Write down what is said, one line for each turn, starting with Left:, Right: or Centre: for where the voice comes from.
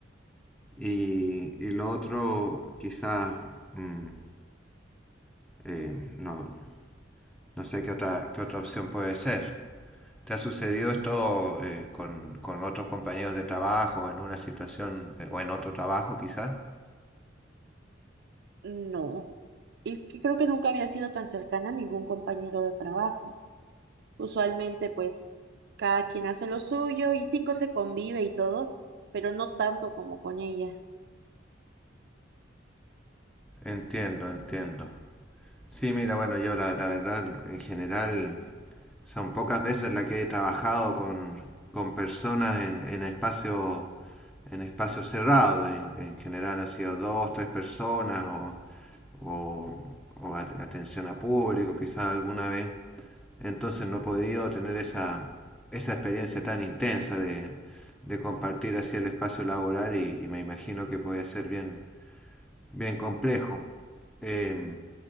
Centre: Y, y lo otro, quizás, mm, eh, no, no sé qué otra, qué otra opción puede ser. ¿Te ha sucedido esto eh, con, con otros compañeros de trabajo, en una situación eh, o en otro trabajo quizás?
Right: No, y es que creo que nunca había sido tan cercana a ningún compañero de trabajo. Usualmente, pues, cada quien hace lo suyo y sí que se convive y todo, pero no tanto como con ella.
Centre: Entiendo, entiendo. Sí, mira, bueno, yo la, la verdad en general son pocas veces las que he trabajado con, con personas en, en espacio en espacios cerrados. En, en general han sido dos, tres personas o, o, o at- atención a público quizás alguna vez. Entonces no he podido tener esa, esa experiencia tan intensa de, de compartir así el espacio laboral y, y, me imagino que puede ser bien, bien complejo. Eh,